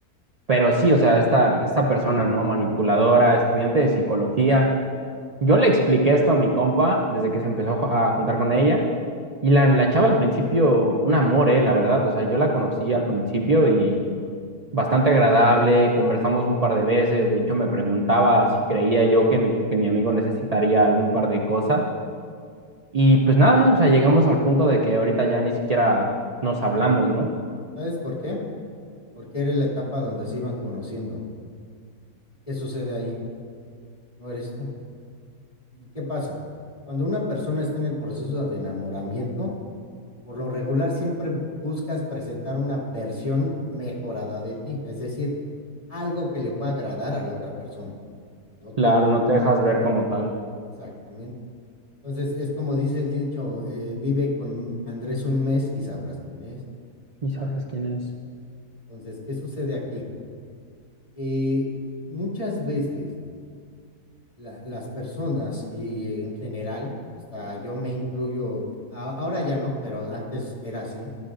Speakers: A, on the right; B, on the left.
A: Pero sí, o sea, esta, esta persona, ¿no? Manipuladora, estudiante de psicología. Yo le expliqué esto a mi compa desde que se empezó a juntar con ella. Y la, la chava al principio, un amor, eh, la verdad. O sea, yo la conocí al principio y bastante agradable, conversamos un par de veces, de hecho me preguntaba si creía yo que mi, que mi amigo necesitaría algún par de cosas y pues nada, o sea, llegamos al punto de que ahorita ya ni siquiera nos hablamos, ¿no?
B: ¿Sabes por qué? Porque eres la etapa donde se iban conociendo. ¿Y qué sucede ahí? No eres tú. ¿Y qué pasa? Cuando una persona está en el proceso de enamoramiento, por lo regular siempre buscas presentar una versión mejorada de ti, es decir, algo que le pueda agradar a la otra persona, no tú.
A: Claro, no te dejas ver como tal.
B: Exactamente. Entonces, es como dice el dicho, eh, vive con Andrés un mes y sabrás quién es,
A: Y
B: ¿no?
A: sabrás quién es.
B: Entonces, ¿qué sucede aquí? Que muchas veces la- las personas y en general, hasta yo me incluyo, a- ahora ya no, pero antes era así,